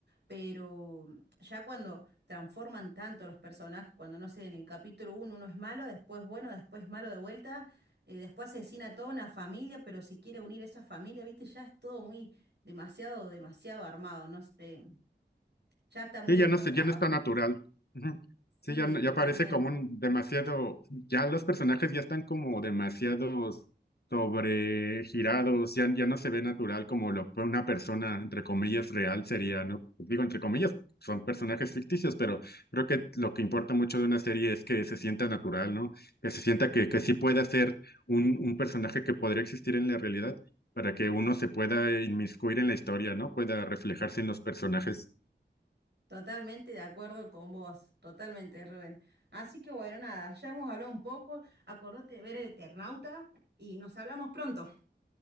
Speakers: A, on the right; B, on the left.
A: Pero ya cuando transforman tanto los personajes, cuando no sé, en el capítulo uno uno es malo, después bueno, después malo de vuelta, eh, después asesina a toda una familia, pero si quiere unir a esa familia, viste, ya es todo muy demasiado, demasiado armado, no sé, ya está muy
B: Sí,
A: explotado.
B: ya no sé, ya no es tan
A: <laughs>
B: natural. Ujú.
A: Sí,
B: Sí, ya, no-
A: totalmente,
B: ya parece como un demasiado, ya los personajes ya están como demasiado sobregirados, ya, ya no se ve natural como lo fue una persona, entre comillas, real sería, ¿no? Digo, entre comillas, son personajes ficticios, pero creo que lo que importa mucho de una serie es que se sienta natural, ¿no? Que se sienta que, que sí pueda ser un, un personaje que podría existir en la realidad para que uno se pueda inmiscuir en la historia, ¿no? Pueda reflejarse en los personajes.
A: totalmente de acuerdo con vos, totalmente, Rubén. Así que bueno, nada, ya hemos hablado un poco, acordate de ver el Eternauta y nos hablamos pronto.